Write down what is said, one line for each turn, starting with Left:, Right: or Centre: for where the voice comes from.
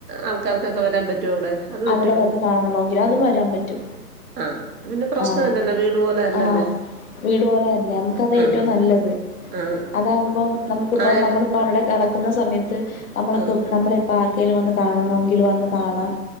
Right: ആൾക്കാർക്കൊക്കെ വരാൻ പറ്റുവോ അവിടെ. അത് പറ്റുവോ
Left: അവിടെ വന്ന് കാണണമെങ്കിൽ അതു വരാൻ പറ്റു.
Right: ആഹ് അത് പിന്നെ. പ്രശ്നമില്ലല്ലോ
Left: ആഹ്
Right: വീട് പോലെ തന്നല്ലേ
Left: ആഹ് വീട് പോലെ തന്നെ നമുക്കത്
Right: ആ
Left: ഏറ്റവും
Right: ഹാ
Left: നല്ലത്
Right: ആ
Left: അതാവുമ്പോ നമുക്കിപ്പം
Right: ആയല്ല
Left: നമ്മളിപ്പോ അവിടെ കിടക്കുന്ന സമയത്ത് നമ്മൾക്ക്
Right: ആ
Left: നമ്മള് ഇപ്പൊ. ഇപ്പൊ ആർക്കേലും വന്നു കാണണമെങ്കിൽ വന്ന് കാണാം,